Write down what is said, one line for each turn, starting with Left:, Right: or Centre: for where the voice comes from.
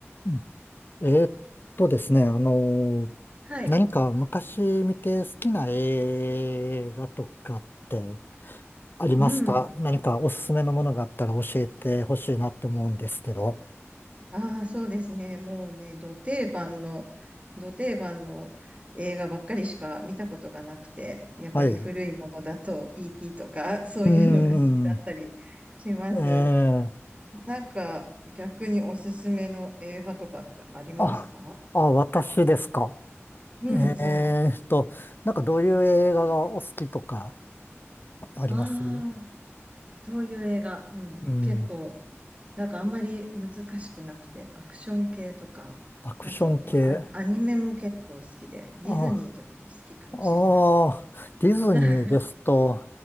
Left: うんえーっとですね、あのー
Right: はい。
Left: 何か昔見て好きな映画とかってありますか何かおすすめのものがあったら教えてほしいなって思うんですけど。
Right: うん。ああ、そうですね。もうね、ど定番の、ど定番の映画ばっかりしか見たことがなくて、やっぱり古いものだと
Left: はい。う
Right: ET とか、<laughs> そういうのが好きだったりします。
Left: ーん。えー、
Right: なんか、逆におすすめの映画とかってありますか
Left: あ、あ、私ですか。
Right: うん、
Left: えーっと、
Right: そうなんです。
Left: なんかどういう映画がお好きとかあります
Right: ああ、どういう映画うん、
Left: うん。
Right: 結構なんかあんまり難しくなくて、アクション系とか、
Left: アクション系。
Right: あと、まあ、アアニメも結構好きで、ディズニーとかも好きかもしれないです。
Left: あ、ああ、ディズニーですと、
Right: <laughs>